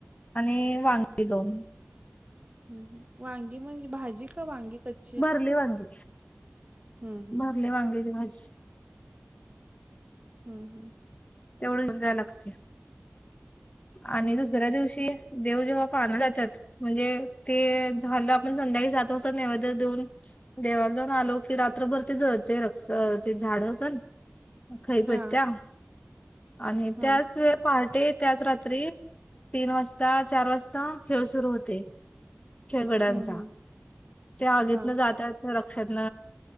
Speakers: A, on the left (about 30°); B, on the right (about 35°).
A: आणि वांगी दोन.
B: ह् वांगी म्हणजे भाजी का वांगी कच्.
A: भरले वांगे
B: हं, हं.
A: भरले वांगे जेवन
B: हम् हम्.
A: तेवढं घऊन जायला लागकी आणि
B: हं,
A: दुसऱ्या
B: हं.
A: दिवशी देव जेव्हा पाहण जातात म्हणजे ते झालं आपण संध्याकाळी सात वाजता नव तर दऊन देवाला जाऊन आलो की रात्रभर ते जळते र ते झाड होतं ना खइ पेटत्या
B: हां,
A: आणि
B: हां.
A: त्याच व पहाटे त्याच रात्री रात्री तीन वाजता चार वाजता खेळ सुरू होते खेळगड्यांचा
B: हं, हं.
A: त्या आगीतन
B: हां.
A: जातात रक्षातन